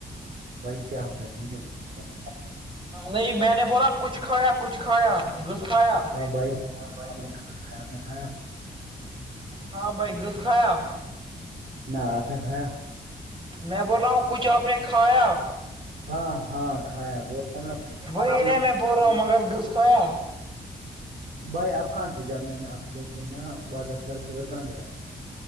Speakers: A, on the right; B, on the right.
A: بھائی کیا ہو گیا یہ نہیں بولا،
B: نہیں میں نے بولا کچھ کھایا کچھ کھایا <unintelligible>
A: ہاں بھائی ہاں میں نے کھانا کھایا پین کایا
B: ہاں بھائی گھس کھایا
A: نہ آپ نے کھایا
B: میں بول رہا ہوں کچھ آپ نے کھایا
A: ہاں ہاں کھایا بولا نا بھائی
B: وہی
A: ایک-
B: نے میں بول رہا ہوں مگر گھس کھایا
A: بھائی آپ کہاں تھے جب میں نے آپ لوگ گئے نا بازار سے اس کے بعد کہاں گئے آپ